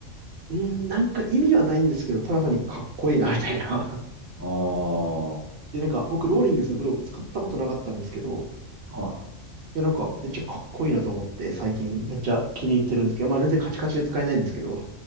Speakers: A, on the right; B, on the right.
A: うーん、なんか意味はないんですけど、ただ単にかっこいいな、みたいな。<laughs>
B: あ
A: で、なんか僕、ローリングスのグローブ使ったことなかったんですけど、
B: あ。はい。
A: いや、なんかめっちゃかっこいいなと思って、最近めっちゃ気に入ってるんですけど、まあ全然カチカチで使えないんですけど、い